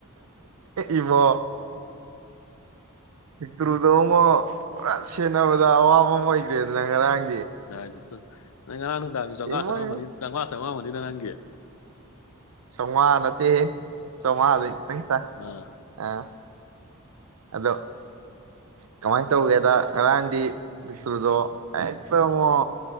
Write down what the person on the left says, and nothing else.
ꯑꯦ ꯏꯏꯗꯨꯁꯨ ꯅꯪ ꯉꯔꯥꯡ ꯗꯥꯡꯒꯤ ꯆꯥꯝꯉꯥ
ꯑꯃ ꯆꯥꯝꯃꯉꯥ ꯆꯉ ꯃꯖꯤꯗ ꯅꯪꯒꯦ
ꯑꯥ